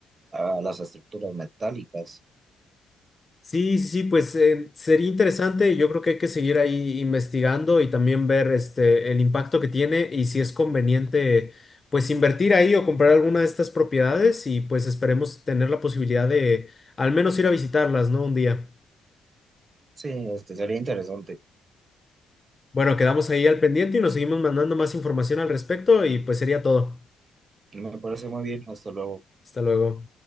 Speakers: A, on the right; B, on the left.
A: a las estructuras metálicas.
B: Sí, sí, sí, pues eh, sería interesante. Yo creo que hay que seguir ahí investigando y también ver este, el impacto que tiene y si es conveniente, pues invertir ahí o comprar alguna de estas propiedades y pues esperemos tener la posibilidad de al menos ir a visitarlas, ¿no? Un día.
A: Sí, este, sería interesante.
B: Bueno, quedamos ahí al pendiente y nos seguimos mandando más información al respecto y pues sería todo.
A: Me parece muy bien, hasta luego.
B: Hasta luego.